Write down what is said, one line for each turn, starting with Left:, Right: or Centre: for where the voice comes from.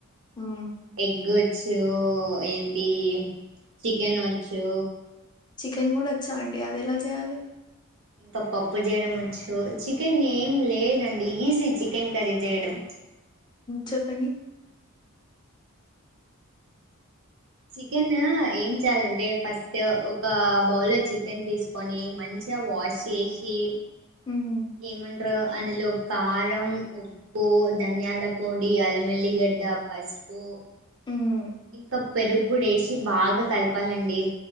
Left: ఉమ్
Right: ఎ వచ్చో ఏంటి చికెన్ వచ్చూ
Left: చికెన్ కూడా వచ్చా అండి అది ఎలా చేయాలి
Right: ఇంకా పప్పు చేయడం వచ్చు చికెన్ ఏం లేదండి ఈజీ చికెన్ కర్రీ చేయడం
Left: చెప్పండి
Right: చికెన్ ఏం చేయాలంటే ఫస్ట్ ఒక బౌల్లో చికెన్ తీసుకొని మంచిగా వాష్ చేసి
Left: ఉమ్
Right: ఏమంటారు అందులో కారం ఉప్పు ధనియాల పొడి అల్లం వెల్లుల్లి గడ్డ పసుపు
Left: ఉమ్
Right: ఇంకా పెరుగు కూడా వేసి బాగా కలపాలండి